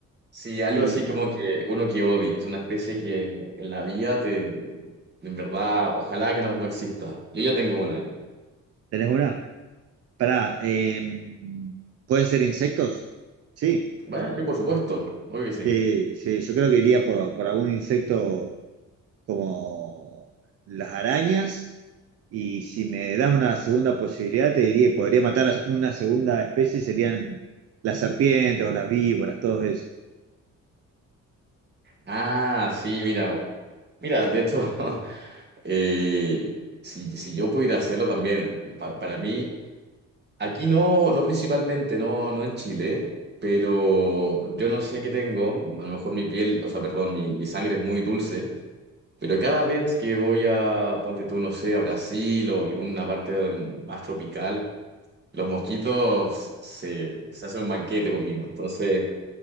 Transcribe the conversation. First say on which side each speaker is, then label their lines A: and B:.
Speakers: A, on the right (about 35°); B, on the right (about 55°).
A: Sí, algo
B: ¿Y
A: así como que uno que odia, es una especie que en la vida te, en verdad, ojalá que no, no exista. Yo ya tengo una ya.
B: tenés una? Pará, eh, ¿pueden ser insectos? Sí,
A: Bueno, sí, por supuesto, obvio que sí.
B: sí, sí, yo creo que iría por, por algún insecto como las arañas. Y si me das una segunda posibilidad, te diría, podría matar a una segunda especie, serían las serpientes o las víboras, todo eso.
A: Ah, sí, mira, mira, de hecho, <laughs> eh, si, si yo pudiera hacerlo también, pa- para mí, aquí no, no principalmente, no, no en Chile, pero yo no sé qué tengo, a lo mejor mi piel, o sea, perdón, mi, mi sangre es muy dulce. Pero cada vez que voy a, ponte tú, no sé, a Brasil o alguna parte de- más tropical, los mosquitos se, se hacen un banquete conmigo. Entonces,